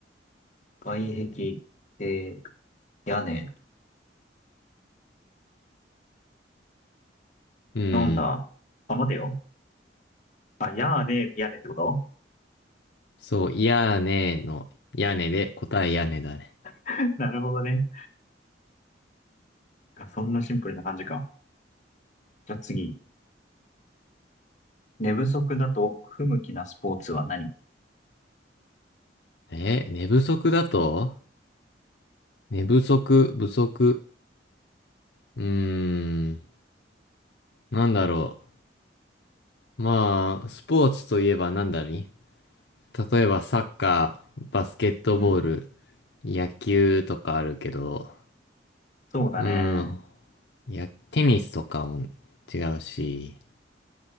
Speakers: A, on the left; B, on the left.
A: 外壁、えー、屋根。
B: うん。
A: なんだあ、待てよ。あ、屋根屋根ってこと
B: そう、屋根の屋根で答え屋根だね。
A: <laughs> なるほどね。あそんなシンプルな感じか。じゃあ次。寝不足だと不向きなスポーツは何
B: え、寝不足だと寝不足、不足。うーん。なんだろう。まあ、スポーツといえば何だり例えばサッカー、バスケットボール、
A: うん。
B: 野球とかあるけど、
A: そうだね。
B: うん、いや、テニスとかも違うし、